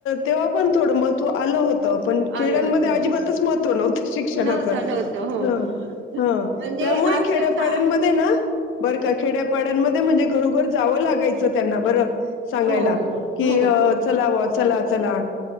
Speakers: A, on the left; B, on the right.
A: तेव्हा पण थोडं महत्त्व आलं होत पण
B: आलं
A: खेड्यांमध्ये
B: होत हो
A: अजिबातच महत्त्व नव्हतं शिक्षणाचं
B: नव्हतं नव्हतं
A: ह
B: हो
A: हा
B: म्हणजे
A: त्यामुळे
B: अक्षरशः
A: खेड्यापाड्यांमध्ये ना बरं का खेड्यापाड्यांमध्ये म्हणजे घरोघर जावं लागायचं त्यांना बरं सांगाय
B: हो हो
A: क
B: हो हो
A: चला चला चला